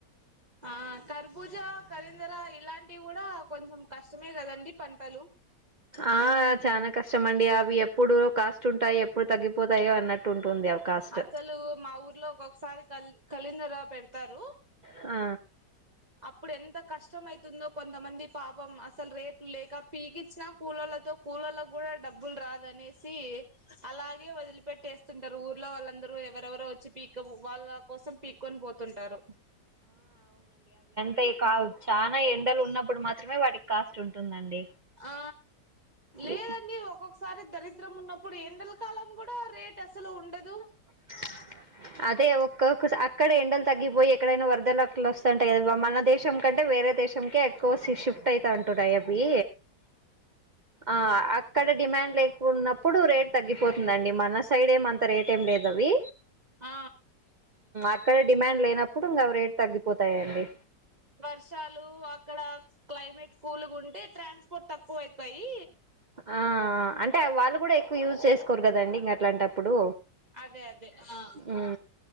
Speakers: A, on the right; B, on the right.
A: ఆ కర్బూజ కరిందర ఇలాంటివి కూడా కొంచెం కష్టమే కదండి పంటలు
B: ఆ చనా కష్టమండి అవి ఎప్పుడు కాస్ట్ ఉంటాయి ఎప్పుడు తగ్గిపోతాయో అన్నట్టు ఉంటుంది అవి కాస్ట్
A: అసలు మా ఊర్లో ఒకొక్క సారి కళింగర పెడతారు
B: ఆ
A: అప్పుడు ఎంత కష్టం అయితుందో కొంతమంది పాపం అసలు రేట్లు లేక పీకిచ్చినా కూలలు వాళ్ళతో కూలోలకు కూడా డబ్బులు రాదనేసి అలాగే వదిలిపట్టేస్తుంటారు ఊర్లో వాల అందరూ ఎవరెవరో వచ్చి పీక వాళ్ళ కోసం పీక్కొని పోతుంటారు
B: తాయి కాదు చానా ఎండలు ఉన్నప్పుడు మాత్రమే వాటికి కాస్ట్ ఉంటుందండి
A: ఆ లేదండి
B: ఇ
A: ఒక్కొక్కసారి దరిద్రం ఉన్నప్పుడు ఎండల కాలం కూడా రేట్ అసలు ఉండదు
B: <inaudible> అదే ఒకొక్క స అక్కడ ఎండలు తగ్గిపోయి ఎక్కడైనా వరదలు అట్ల వస్తాంటాయి కదా మన దేశం కంటే వేరే దేశంకే ఎక్కువ షిఫ్ట్ అయితా అంటున్నాయి అవి ఆ అక్కడ డిమాండ్ లేకున్నప్పుడు రేట్ తగ్గిపోతుందండి మన సైడ్ ఏమంత రేట్ ఏం లేదు అవి
A: ఆ
B: అక్కడే డిమాండ్ లేనప్పుడు ఇంకావి రేట్ తగ్గిపోతాయండి
A: వర్షాలు అక్కడ క్లైమేట్ కూల్గా ఉంటే ట్రాన్స్పోర్ట్ తక్కువైపోయి
B: ఆ అంటే వాళ్ళు కూడా ఎక్కువ యూజ్ చేసుకోరు కదండి ఇంకా అట్లాంటప్పుడు
A: అదే అదే ఆ
B: ఊ